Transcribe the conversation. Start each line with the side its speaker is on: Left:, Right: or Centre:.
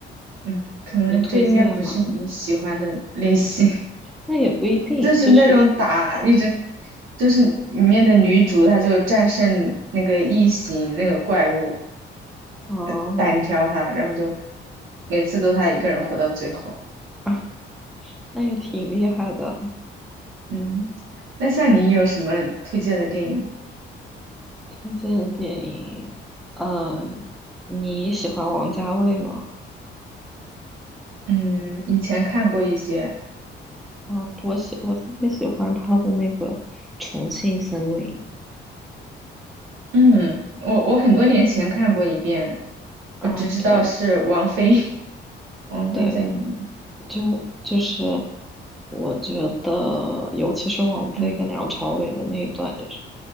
Right: 嗯，可能这应该不是你喜欢的类型，
Centre: 你推荐吗？那也不一定，
Right: <laughs> 就是那种打一直，
Centre: 就是
Right: 就是里面的女主她就战胜那个异形那个怪物，
Centre: 哦，
Right: 呃单挑她，然后就每次都她一个人活到最后。
Centre: 啊，那也挺厉害的。
Right: 嗯，那像你有什么推荐的电影吗？
Centre: 推荐的电影，呃，你喜欢王家卫吗？
Right: 嗯，以前看过一些。
Centre: 啊，我喜我特别喜欢他的那个重庆森林
Right: 嗯，我我很多年前看过一遍，
Centre: 啊，
Right: 我只知道是王菲，
Centre: 对
Right: <laughs> 王菲在里面。
Centre: 对，就就是我觉得，尤其是王菲跟梁朝伟的那一段，
Right: 嗯
Centre: 就是